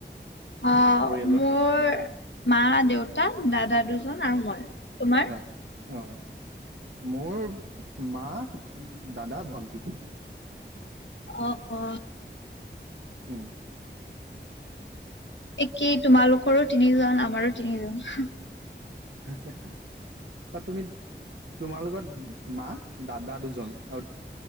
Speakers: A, on the left (about 75°); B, on the right (about 75°).
A: অ'
B: পৰিয়ালৰ
A: মোৰ মা, দেউতা, দাদা দুজন আৰু মই। তোমাৰ
B: অঁ। অ' মোৰ মা, দাদা, ভণ্টি।
A: অ অ।
B: হম।
A: একেই তোমালোকৰো তিনিজন, আমাৰো তিনিজন।
B: <unintelligible> বা তুমি তোমালোকৰ মা, দাদা দুজন আৰু